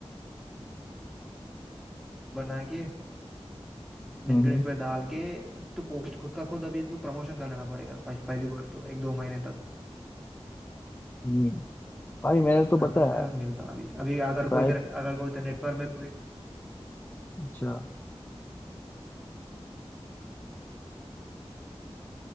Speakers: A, in the centre; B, on the left.
A: बना के लिंक्डइन
B: हम्म हम्म
A: पे डाल के अब तो पोस्ट खुद का खुद अभी तो प्रमोशन कर लेना पड़ेगा फर्स्ट पहली बार तो एक दो महीने तक
B: हम्म। भाई मैंने
A: ऐसा
B: तो
A: करने
B: पता
A: से अगर
B: है
A: मिलता अभी अभी अगर
B: प्राय
A: कोई तरह अगर कोई तरह नेटवर्क में कोई
B: अच्छा